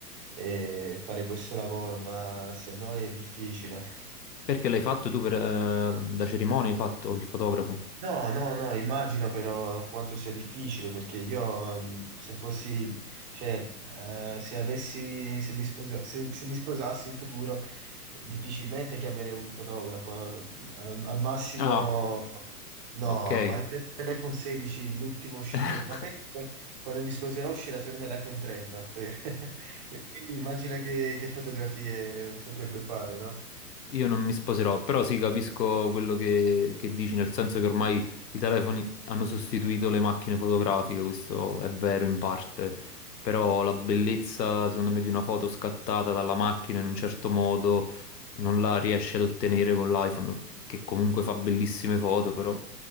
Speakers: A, on the right; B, on the left.
A: eh, fare questo lavoro, ma se no è difficile.
B: Perché l'hai fatto tu per, eh, da cerimonia, hai fatto il fotografo?
A: No, no, no, immagino però
B: Sì.
A: quanto sia difficile perché io mm, se fossi, cioè, eh, se avessi, se mi sposa- se- se mi sposassi in futuro, difficilmente chiamerei un fotografo. eh, al al massimo,
B: Ah,
A: no,
B: Ok.
A: ma prendere l'iPhone 16, l'ultimo uscito,
B: <laughs>
A: ma penso che quando mi sposerò uscirà secondo me l'iPhone 30. per- <laughs> Quindi immagina che, che fotografie potrebbe fare, no?
B: Io non mi sposerò, però sì, capisco quello che, che dici, nel senso che ormai i telefoni hanno sostituito le macchine fotografiche, questo è vero in parte, però la bellezza, secondo me, di una foto scattata dalla macchina in un certo modo non la riesci ad ottenere con l'iPhone, che comunque fa bellissime foto, però